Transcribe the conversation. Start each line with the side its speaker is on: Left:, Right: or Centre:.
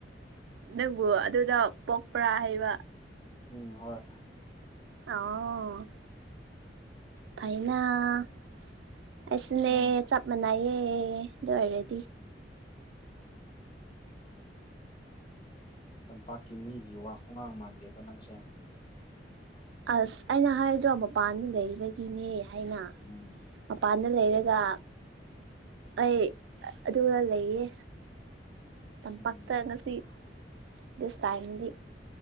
Right: ꯅꯪꯕꯨ ꯑꯗꯨꯗ ꯄꯣꯛꯄꯔꯥ ꯍꯩꯕ
Left: ꯎꯝ ꯍꯣꯏ
Right: ꯑꯣ ꯐꯩꯅ ꯑꯩꯁꯨꯅꯦ
Left: ꯅꯪ
Right: ꯆꯞ ꯃꯥꯟꯅꯩꯌꯦ ꯑꯗꯨ ꯑꯣꯏꯔꯗꯤ
Left: ꯎꯝ ꯇꯝꯄꯥꯛꯀꯤ ꯃꯤꯒꯤ ꯋꯥ ꯈꯨꯡꯉꯥꯡ ꯃꯥꯟꯗꯦꯀꯣ ꯅꯪꯁꯦ
Right: ꯑꯁ ꯑꯩꯅ ꯍꯥꯏꯗ꯭ꯔꯣ ꯃꯄꯥꯟꯗ ꯂꯩꯕꯒꯤꯅꯦ ꯍꯥꯏꯅ
Left: ꯎꯝ
Right: ꯃꯄꯥꯟꯗ ꯂꯩꯔꯒ
Left: ꯑꯗꯣ
Right: ꯑꯩ ꯑꯗꯨꯒ ꯂꯩꯌꯦ ꯇꯝꯄꯛꯇ
Left: ꯎꯝ
Right: ꯉꯁꯤ ꯗꯤꯁ ꯇꯥꯝꯒꯤ